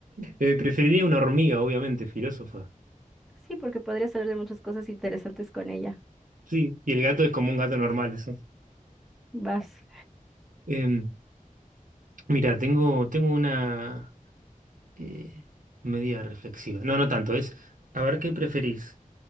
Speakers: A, on the right; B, in the centre.
A: eh, preferiría una hormiga, obviamente, filósofa.
B: Sí, porque podrías hablar de muchas cosas interesantes con ella.
A: Sí, y el gato es como un gato normal, eso.
B: Vas.
A: Eh, mira, tengo, tengo una eh, medida reflexiva. No, no tanto, es, a ver, ¿qué preferís?